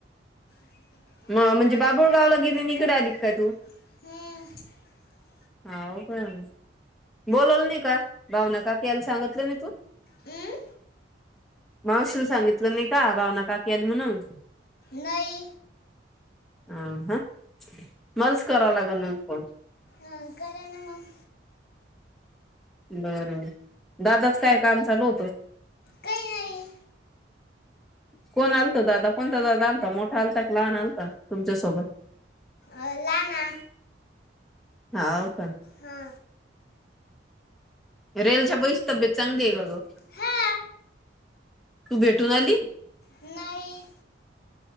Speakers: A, on the left; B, in the centre.
A: <unintelligible>
B: म म्हणजे बाबुळगावला गेली आणि इकडे आली काय हा काय बोलवल नाही का भावना काकी याना सांगितलं नाय तू
A: अम्म
B: मावशील सांगितलं नाही का भावना काकी आली म्हणून.
A: नाही
B: हा हा मलाच कराव लागल मग फोण
A: अं करा ना मग
B: बर दादाच काय काम चालू होतं.
A: काही नाही
B: कोण आलत दादा कोणता दादा आलता मोठा आलता की लहान आलता तुमच्यासोबत.
A: अ लहाना
B: हाव का
A: हा.
B: रेलच्या भैयची तब्येत चांगली आहे का ग
A: हा
B: तू भेटून आली.
A: नाही.